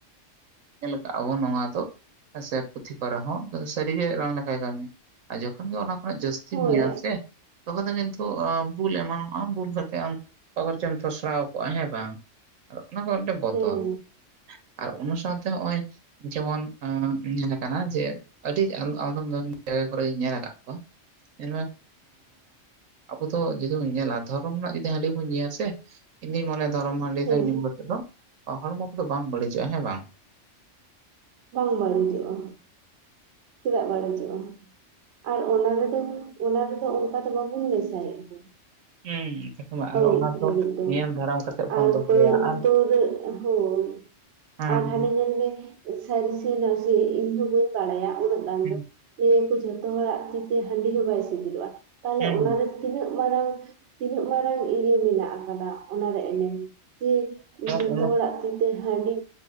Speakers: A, on the right (about 85°); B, on the right (about 65°).
A: ᱧᱮᱞ ᱠᱟᱜ ᱟᱵᱚᱱ ᱱᱚᱣᱟ ᱫᱚ ᱥᱮ ᱯᱩᱛᱷᱤ ᱠᱚᱨᱮ ᱦᱚᱸ ᱥᱟᱹᱨᱤᱜᱮ ᱨᱟᱱ ᱞᱮᱠᱟᱭ ᱠᱟᱹᱢᱤᱭᱟ᱾ ᱟᱨ ᱡᱚᱠᱷᱚᱱ ᱜᱮ ᱚᱱᱟ ᱠᱷᱚᱱᱟᱜ ᱡᱟᱹᱥᱛᱤᱢ
B: ᱦᱳᱭ
A: ᱧᱩᱭᱟ ᱥᱮᱼᱼ ᱛᱚᱠᱷᱚᱱ ᱫᱚ ᱠᱤᱱᱛᱩ ᱵᱩᱞ ᱮᱢᱟᱱᱚᱜ ᱟᱢ ᱵᱩᱞ ᱠᱟᱛᱮᱜ ᱮᱢᱼᱼ ᱚᱠᱟ ᱠᱚᱨᱮᱪᱚᱢ ᱛᱷᱚᱥᱲᱟᱣ ᱠᱚᱜᱼᱟ ᱦᱮᱸ ᱵᱟᱝ ᱟᱫᱚ ᱚᱱᱟ ᱠᱚ ᱢᱤᱫᱴᱮᱱ ᱵᱚᱛᱚᱨ᱾
B: ᱦᱮᱸ
A: ᱟᱨ ᱚᱱᱟ ᱥᱟᱶᱛᱮ ᱱᱚᱜᱼᱚᱭᱼᱼ ᱡᱮᱢᱚᱱ ᱧᱮᱞᱠᱟᱱᱟ ᱡᱮ ᱟᱹᱰᱤ ᱟᱫᱚᱢ ᱡᱟᱭᱜᱟᱼᱼ ᱠᱚᱨᱮᱜ ᱤᱧ ᱧᱮᱞ ᱟᱠᱟᱫ ᱠᱟᱜ ᱠᱚᱣᱟ ᱟᱵᱚ ᱫᱚ ᱡᱩᱫᱤ ᱵᱚᱱ ᱧᱮᱞᱟ ᱫᱷᱚᱨᱚᱢ ᱨᱮᱱᱟᱜ ᱡᱩᱫᱤ ᱦᱟᱹᱰᱤ ᱵᱚᱱ ᱧᱩᱭᱟ ᱥᱮ ᱤᱧ ᱫᱩᱧ ᱢᱚᱱᱮᱼᱼ ᱫᱷᱚᱨᱚᱢ ᱦᱟᱹᱰᱤ
B: ᱦᱮᱸ
A: ᱫᱚ ᱧᱩ ᱠᱟᱛᱮᱜ ᱫᱚ ᱦᱚᱲᱢᱚ ᱠᱚᱫᱚ ᱵᱟᱝ ᱵᱟᱹᱲᱤᱡᱚᱜᱼᱟ ᱦᱮᱸ ᱵᱟᱝ?
B: ᱵᱟᱝ ᱵᱟᱹᱲᱤᱡᱚᱜᱼᱟ, ᱪᱮᱫᱟᱜ ᱵᱟᱹᱲᱤᱡᱚᱜᱼᱟ᱾ ᱟᱨ ᱚᱱᱟ ᱨᱮᱫᱚ ᱚᱱᱟ ᱨᱮᱫᱚ ᱚᱱᱠᱟ ᱫᱚ ᱵᱟᱵᱩᱱ ᱢᱮᱥᱟᱭᱮᱫ ᱫᱚ᱾
A: ᱦᱩᱸ ᱮᱠᱫᱚᱢ, ᱟᱨ
B: ᱟᱹᱣᱲᱤᱡ
A: ᱚᱱᱟ
B: ᱫᱷᱟᱹᱨᱤᱡ ᱫᱚ
A: ᱱᱤᱭᱚᱢ ᱫᱷᱟᱨᱟᱢ ᱠᱟᱛᱮᱜ ᱵᱚᱱ
B: ᱟᱨ
A: ᱫᱚᱦᱚᱭᱟ ᱟᱨ
B: ᱴ <unintelligible> ᱦᱳᱭ
A: ᱦᱮᱸ
B: ᱟᱨ ᱦᱟᱱᱮ ᱧᱮᱞ ᱢᱮ, ᱥᱟᱹᱨᱤ ᱥᱮ ᱱᱟᱥᱮ ᱤᱧ ᱦᱚᱸ ᱵᱟᱹᱧ ᱵᱟᱲᱟᱭᱟ ᱩᱱᱟᱹᱜ ᱜᱟᱱ
A: ᱦᱮᱸ
B: ᱫᱚ ᱞᱮᱭᱟᱹ ᱠᱚ ᱡᱷᱚᱛᱚᱼᱼ ᱡᱷᱚᱛᱚ ᱦᱚᱲᱟᱜ ᱛᱤ ᱛᱮ ᱦᱟᱹᱰᱤ ᱦᱚᱸ ᱵᱟᱭ ᱥᱤᱵᱤᱞᱚᱜᱼᱟ ᱛᱟᱦᱚᱞᱮ
A: ᱦᱩᱸ
B: ᱚᱱᱟᱨᱮᱼᱼ ᱛᱤᱱᱟᱹᱜ ᱢᱟᱨᱟᱝ ᱛᱤᱱᱟᱹᱜ ᱢᱟᱨᱟᱝ ᱤᱭᱟᱹ ᱢᱮᱱᱟᱜ ᱟᱠᱟᱫᱟ ᱚᱱᱟᱨᱮ ᱮᱱᱮᱢ᱾ ᱦᱳᱭ ᱡᱚᱛᱚ
A: ᱦᱩᱸ
B: ᱦᱚᱲᱟᱜ ᱛᱤ ᱛᱮ ᱦᱟᱹᱰᱤ